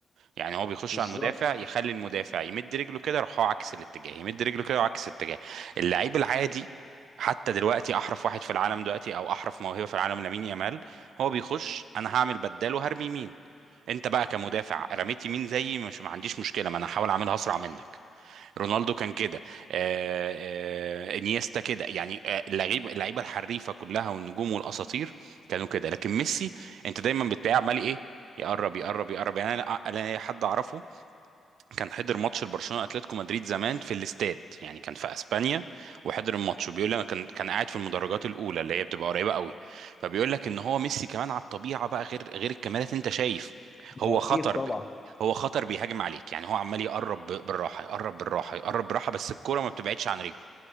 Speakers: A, on the right; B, on the left.
A: يعني هو بيخش
B: بالظبط
A: على المدافع يخلي المدافع يمد رجله كده يروح هو عكس الاتجاه يمد رجله كده وعكس الاتجاه اللعيب العادي حتى دلوقتي احرف واحد في العالم دلوقتي او احرف موهبه في العالم لامين يامال هو بيخش انا هعمل بدال وهرمي يمين انت بقى كمدافع رميت يمين زيي مش ما عنديش مشكله ما انا هحاول اعملها اسرع منك رونالدو كان كده آه، آه، انيستا كده يعني آه، اللعيبه اللعيبه الحريفه كلها والنجوم والاساطير كانوا كده لكن ميسي انت دايما بتلاقيه عمال ايه يقرب يقرب يقرب يعني انا أنا حد اعرفه كان حضر ماتش لبرشلونه اتلتيكو مدريد زمان في الاستاد يعني كان في اسبانيا وحضر الماتش وبيقول لي انا كان كان قاعد في المدرجات الاولى اللي هي بتبقى قريبه قوي فبيقول لك ان هو ميسي كمان على الطبيعه بقى غير غير الكاميرات انت شايف
B: اكيد
A: هو خطر
B: طبعا
A: ب... هو خطر بيهاجم عليك يعني هو عمال يقرب ب- بالراحه يقرب بالراحه يقرب بالراحه بس الكوره ما بتبعدش عن رجله